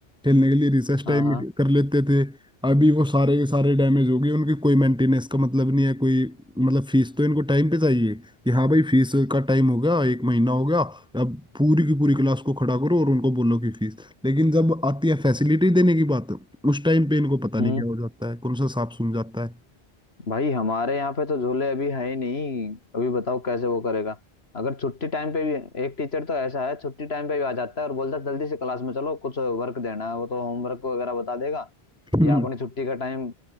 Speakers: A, in the centre; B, on the left.
A: खेलने के लिए रिसेस
B: हाँ
A: टाइम
B: हाँ
A: में कर लेते थे अभी वो सारे के सारे डैमेज हो गए उनकी कोई मेंटेनेंस का मतलब नहीं है कोई मतलब फीस तो इनको टाइम पे चाहिए कि हाँ भाई फीस का टाइम होगा एक महीना होगा अब पूरी की पूरी क्लास को खड़ा करो और उनको बोलो कि फीस लेकिन जब आती है फैसिलिटी देने की बात उस टाइम पे इनको पता नहीं
B: हम्म
A: क्या हो जाता है कौन सा सांप सूंघ जाता है
B: भाई हमारे यहाँ पे तो झूले अभी है ही नहीं अभी बताओ कैसे वो करेगा अगर छुट्टी टाइम पे भी एक टीचर तो ऐसा है छुट्टी टाइम पे भी आ जाता है और बोलता है जल्दी से क्लास में चलो कुछ वर्क देना है वो तो होमवर्क वगैरह बता देगा
A: <laughs>
B: या अपनी छुट्टी का टाइम